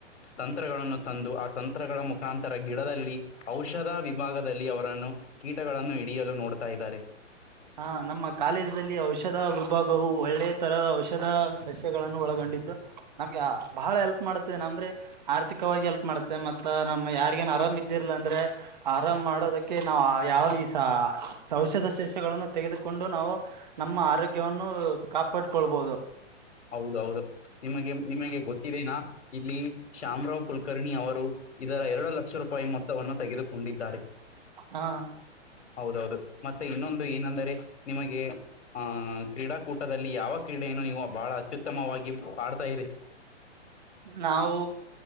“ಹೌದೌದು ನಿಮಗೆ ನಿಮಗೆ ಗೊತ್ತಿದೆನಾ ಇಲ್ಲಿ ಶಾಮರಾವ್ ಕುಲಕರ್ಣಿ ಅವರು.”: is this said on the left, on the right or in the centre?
Left